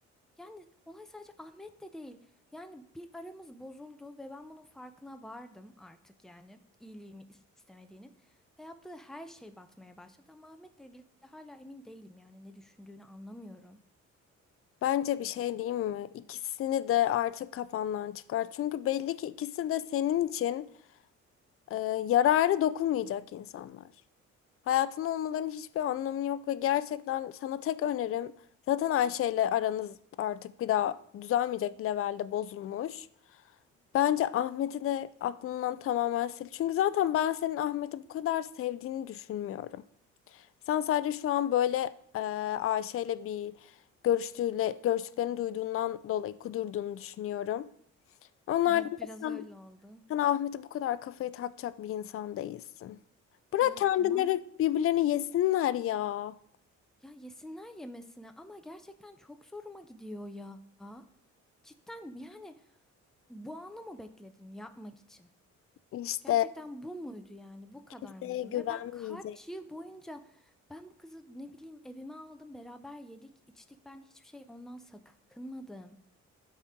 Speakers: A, in the centre; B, on the left (about 50°).
A: Yani olay sadece Ahmet de değil. Yani bir aramız bozuldu ve ben bunun farkına vardım artık yani iyiliğimi istemediğinin. Ve yaptığı her şey batmaya başladı ama Ahmet'le ilgili hala emin değilim yani ne düşündüğünü anlamıyorum.
B: Bence bir şey diyeyim mi? İkisini de artık kafandan çıkar. Çünkü belli ki ikisi de senin için e, yararı dokunmayacak insanlar. Hayatında olmalarının hiçbir anlamı yok ve gerçekten sana tek önerim zaten Ayşe ile aranız artık bir daha düzelmeyecek levelde bozulmuş. Bence Ahmet'i de aklından tamamen sil. Çünkü zaten ben senin Ahmet'i bu kadar sevdiğini düşünmüyorum. Sen sadece şu an böyle e, Ayşe'yle bir görüştüğüyle, görüştüklerini duyduğundan dolayı kudurduğunu düşünüyorum. Onlar
A: Evet biraz
B: sen,
A: öyle oldu.
B: sen Ahmet'e bu kadar kafayı takacak bir insan değilsin. Bırak
A: Ya
B: kendileri
A: tamam
B: birbirlerini yesinler ya.
A: ya yesinler yemesine ama gerçekten çok zoruma gidiyor ya. Cidden yani bu anı mı bekledin yapmak için?
B: İşte
A: Gerçekten bu muydu yani? Bu kadar
B: kimseye
A: mıydım?
B: güvenmeyecek.
A: Ve ben kaç yıl boyunca ben bu kızı ne bileyim evime aldım, beraber yedik, içtik. Ben hiçbir şey ondan sakınmadım.